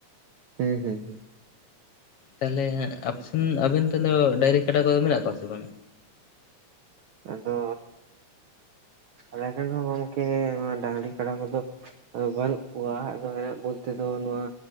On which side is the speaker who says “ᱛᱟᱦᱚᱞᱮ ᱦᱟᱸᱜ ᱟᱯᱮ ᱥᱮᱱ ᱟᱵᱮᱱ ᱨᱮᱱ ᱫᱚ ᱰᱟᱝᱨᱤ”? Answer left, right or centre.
Left